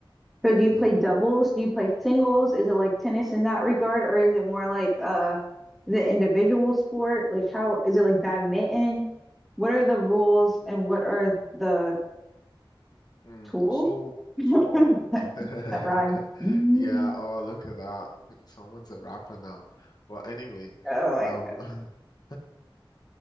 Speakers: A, in the centre; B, on the left.
A: So do
B: You
A: you play doubles? Do you play singles? Is it like tennis in that regard, or is it more like uh the individual sport? Like how is it like badminton? What are the rules and what are the
B: mm,
A: tools?
B: so so
A: <laughs>
B: all <laughs>
A: That rhyme. Mm.
B: yeah, oh look at that. <laughs> Someone's a rapper now. But anyway,
A: Oh my
B: um
A: God.
B: <laughs>